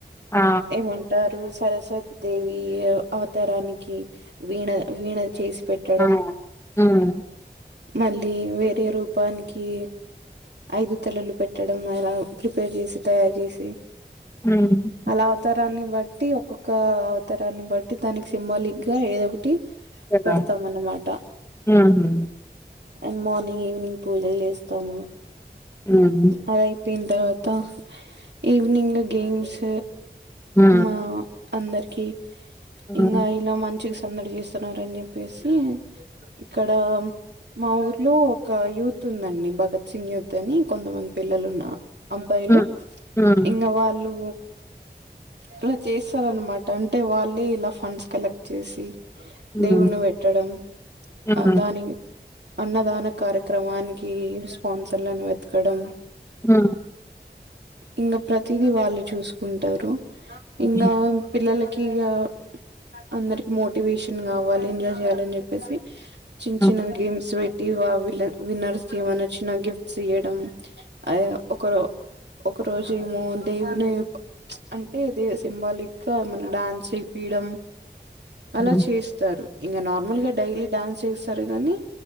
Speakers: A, on the left; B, on the right.
A: ఆ!
B: ఏమంటారు స్ సరస్వతి దేవి అవ్ అవతారానికి వీణ వీణ చేసి పెట్టడం
A: ఆ! హ్మ్.
B: మళ్ళీ వేరే రూపానికి ఐదు తలలు పెట్టడం అలా ప్రిపేర్ జేసి తయారు జేసి
A: హ్మ్.
B: అలా అవతార రాన్ని బట్టి ఒక్కొక్క అవతారన్ని బట్టి దానికి సింబాలిక్ గా ఏదొకటి
A: కదా!
B: పెడతాం అన్నమాట
A: హుహు.
B: అండ్ మార్నింగ్ ఈవినింగ్ పూజలు జేస్తాము
A: హ్మ్.
B: అదయిపోయిన్తర్వాత్ త ఈవినింగ్ గేమ్స్
A: హ్మ్.
B: మా అందరికి
A: హ్మ్. హ్మ్.
B: ఇంగా ఇలా మంచిగస్ సందడి జేస్తున్నారని జెప్పేసి ఇక్కడా మా ఊర్లో ఒక యూత్ ఉందండి భగత్ సింగ్ యూతని కొంతమంది పిల్లలు ఉన్నా అబ్బాలు
A: హ్మ్. హ్మ్.
B: ఇంగ వాళ్ళు ఇలా చేస్తారన్నమాట అంటే వాళ్ళే ఇలా ఫండ్స్ కలెక్ట్ జేసి
A: హ్మ్.
B: దేవున్ని పెట్టడం
A: హ్మ్.
B: ఆ దానికి అన్నదాన కార్యక్రమానికి స్పాన్సర్లను వెతకడం
A: ఆ
B: ఇంగ ప్రతీది వాల్లే చూసుకుంటరు ఇంగా
A: హ్మ్.
B: పిల్లలక్ కి గా అందరికి మోటివేషన్ గావాలి ఎంజాయ్ చేయ్యాలన్ జెప్పేసి చిన్
A: హ్మ్.
B: చిన్న గేమ్స్ పెట్టి వావిల విన్నర్స్ ఏమైనచ్చిన గిఫ్ట్స్ ఇయడం అయో ఒకరో ఒక రోజేమొ దేవునీ అంటే దే సింబాలిక్ గా ఎమన డాన్సేపియడం అలా
A: హ్మ్.
B: చేస్తారు ఇంగ నార్మల్ గా డైలీ డ్యాన్స్ చేస్తారు గని